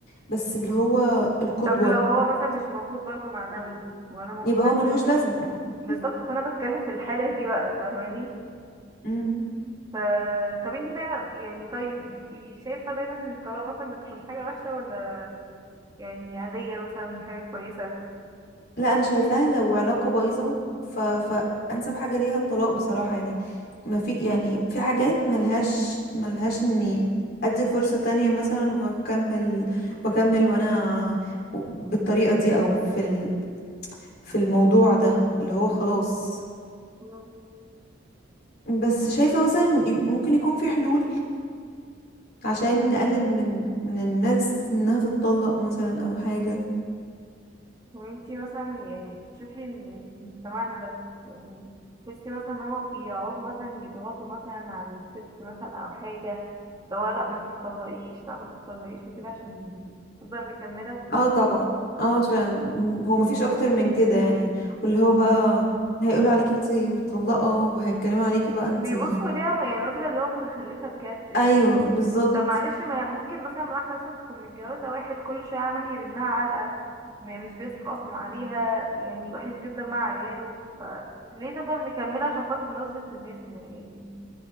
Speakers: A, on the left (about 55°); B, on the right (about 20°).
A: بس اللي هو القدوة
B: طب لو هو مثلا مش موجود برضه معنوي ولا موجود
A: يبقى
B: مادي
A: هو ملهوش
B: ولا
A: لازمة
B: بالظبط
A: <laughs>
B: فانا بتكلم في الحالة دي بقى فاهماني
A: م-
B: ف طب انتي دايما يعني طيب بتبقي شايفة دايما ان الطلاق مثلا بتكون حاجة وحشة ولا يعني عادية مثلا حاجة كويسة
A: لا انا شايفاها لو علاقة بايظة ف... فانسب حاجة ليها الطلاق بصراحة يعني ما في يعني في حاجات ملهاش ملهاش اني ادي فرصة تانية مثلا واكمل واكمل وانا بالطريقة دي او في في الموضوع ده اللي هو خلاص
B: مم.
A: بس شايفة مثلا يك- ممكن يكون في حلول عشان نقلل من من الناس انها تتطلق مثلا او حاجة
B: وانتي مثلا يعني بتشوفي ان يعني في مجتمعنا ده يعني تحسي مثلا ان هما بيقعدوا مثلا يضغطوا مثلا على الست مثلا او حاجة لو لا ما تتطلقيش لا ما تتطلقيش وكده عشان تفضل مكملة
A: اه طبعا اه عشان هو مفيش اكتر من كده يعني واللي هو بقى هيقولوا عليك انتي مطلقة وهيتكلموا عليكي بقى انتي
B: بيبصوا ليها يعني نظرة اللي هو متخلفة بجد يعني
A: ايوه بالظبط
B: طب معلش ما ممكن مثلا واحدة مثلا تكون متجوزة واحد كل شوية عمال يرنها علقة ما- مش بيصرف أصلا عليها يعني وحش جدا مع عياله فليه تفضل مكملة عشان خاطر نظرة الناس ما يعني